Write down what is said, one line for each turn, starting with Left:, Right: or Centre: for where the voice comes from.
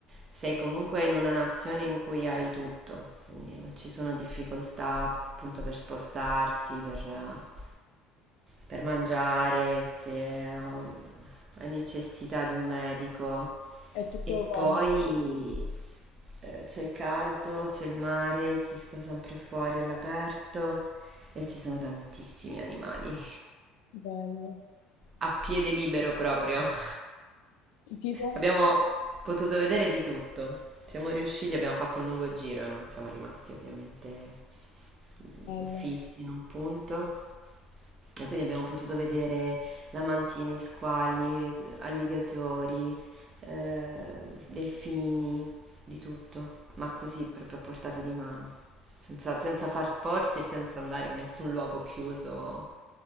Right: sei comunque in una nazione in cui hai tutto, quindi non ci sono difficoltà appunto per spostarsi, per... eh, per mangiare, se um, hai necessità di un medico.
Left: È tutto
Right: E poi
Left: comodo.
Right: eh, c'è caldo, c'è il mare, si sta sempre fuori all'aperto e ci sono tantissimi animali.
Left: Bello.
Right: A piede libero proprio. <laughs>
Left: Tipo?
Right: Abbiamo potuto vedere di tutto. Siamo riusciti, abbiamo fatto un lungo giro e non siamo rimasti ovviamente mm,
Left: Bella.
Right: fissi in un punto. E quindi abbiamo potuto vedere lamantini, squali, alligatori, eh, delfini, di tutto, ma così proprio a portata di mano, senza, senza far sforzi e senza andare in nessun luogo chiuso